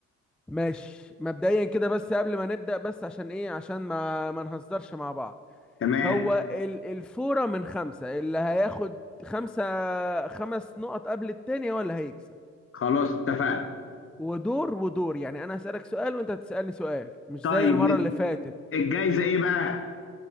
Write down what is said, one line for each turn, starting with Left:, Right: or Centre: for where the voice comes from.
Centre: ماشي مبدئيا كده بس قبل ما نبدأ بس عشان ايه عشان ما ما نهزرش مع بعض
Left: تمام
Centre: هو ال- الفورة من خمسة اللي هياخد خمسة خمس نقط قبل التانية ولا هيكسب
Left: خلاص اتفقنا
Centre: ودور ودور يعني انا هسألك سؤال وانت هتسألني سؤال مش
Left: طيب
Centre: زي المرة
Left: ن-
Centre: اللي فاتت
Left: الجايزه ايه بقى